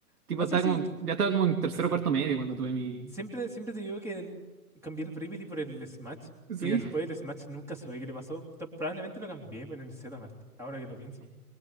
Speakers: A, on the right; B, in the centre.
A: Tipo,
B: no
A: estaba
B: sé si,
A: como, ya estaba como en tercero o cuarto medio cuando tuve mi...
B: siempre, siempre te digo que en- cambié el Bravely por el Smash
A: Sí,
B: y después el Smash nunca supe qué le pasó. Ta- Probablemente lo cambié por el Zmart, ahora que lo pienso.